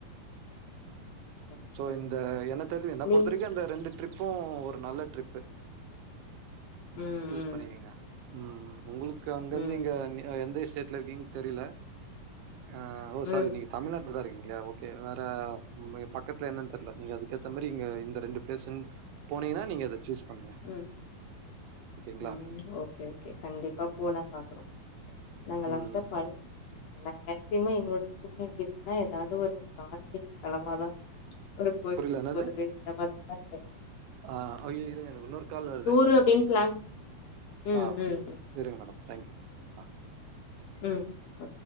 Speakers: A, on the left (about 55°); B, on the right (about 85°).
A: சரி
B: சோ
A: சரி
B: இந்த என்ன தெரி என்ன
A: நீங்க
B: பொறுத்த வரைக்கு அந்த ரெண்டு ட்ரிப்பு ஒரு நல்ல ட்ரிப்பு
A: ம் ம்
B: யூஸ் பண்ணிக்கீங்க ம் உங்களுக்கு அங்கருந்
A: ம்
B: இங்க எந்த ஸ்டேட்ல இருக்கீங் தெரில ஆ ஓ சாரி
A: ம்
B: நீங்க தமிழ்நாட்டுல தா இருக்கீங்ளயா ஓகே வேற ம் மய பக்கத்துல என்னன்னு தெர்ல நீங்க அதுக்கேத்த மாரி நீங்க இந்த ரெண்டு பிளேஸ்சுன் போனீங்கன்னா நீங்க இத சூஸ் பண்ணுங்க
A: ம்
B: ஓகேங்களா
A: ம் ஓகே ஓகே கண்டிப்பா போனா பாக்குறோ நாங்க
B: ம்
A: லாஸ்டா பண் நா மேக்சிம் எங்களோட சுத்தி எப்டி இருக்குன்னா எதாது ஒரு பாண்டிங் அளவாதா இருக்கு ஒரு கோயில்க்
B: புரில என்னது
A: போறது இந்த மாறிதா இருப்பே
B: ஆ ஐயோ இருங்க எனக்கு இன்னொரு கால் வருது
A: டூரு அப்டின்னு பிளான் ம்
B: ஆ
A: ம்
B: செரிங்க மேடம் தேங்க்யூ ஆ
A: ம் ம்